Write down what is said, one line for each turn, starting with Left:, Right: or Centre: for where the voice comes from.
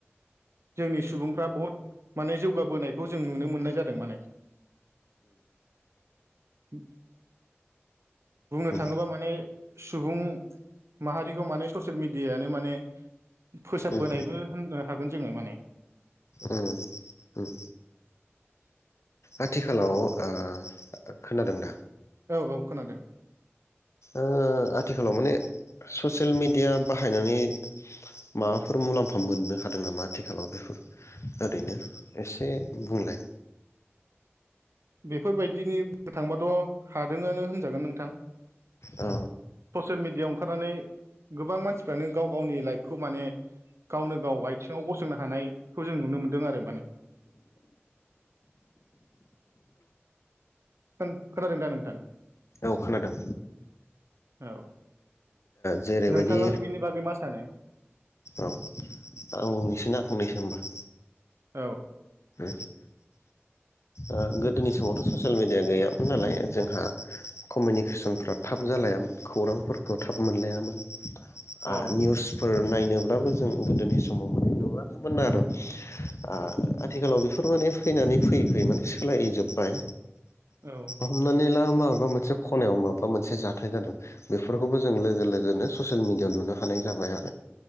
Right: जोंनि सुबुंफ्रा बहुत माने जौगाबोनायखौ जों नुनो मोननाय जादों माने। उ बुंनो
Left: उम
Right: थाङोबा माने सुबुं माहारिखौ माने ससियेल मिडियानो माने फोसाबबोनायबो
Left: उम
Right: होननो हागोन। जोङो माने।
Left: ओ ओम आथिखालाव ओ खोनादों दा?
Right: औ औ खोनादों।
Left: ओ आथिखालाव माने ससियेल मेडिया बाहायनानै माबाफोर मुलाम्फा मोननो हादों नामा आथिखालाव बेफोर ओरैनो एसे बुंलाय।
Right: बेफोरबायदिनि बुंनो थांबाथ' हादोंआनो होनजागोन नोंथां
Left: औ
Right: ससियेल मिडियाआव ओंखारनानै गोबां मानसिफ्रानो गाव गावनि लाइफखौ माने गावनो गाव आथिङाव गसंनो हानायखौ जों नुनो मोन्दों आरो माने। खोन खोनादों दा नोंथां?
Left: औ खोनादों
Right: औ।
Left: जेरैबायदि
Right: नोंथाङालाय बिनि बागै मा सानो।
Left: औ औ आं बुंनोसैना फंनैसो ओमबा।
Right: औ।
Left: ओ ओ गोदोनि समावथ' ससियेल मिडिया गैयामोन नालाय जोंहा कमिउनिकेसनफ्रा थाब जालायामोन खौरांफोरखौ थाब मोनलायामोन। आ
Right: औ
Left: निउसफोर नायनोब्लाबो जों गोदोनि समाव माने नुलानोमोन आरो आ आथिखालाव बेफोर माने फैनानै फैयै फैयै माने सोलायजोब्बाय।
Right: औ
Left: हमनानैला मााबामोन मोनसे खनायाव माबा मोनसे जाथाय जादों बेफोरखौबो जों लोगो लोगोनो ससियेल मिडियाआव नुनो हानाय जाबाय आ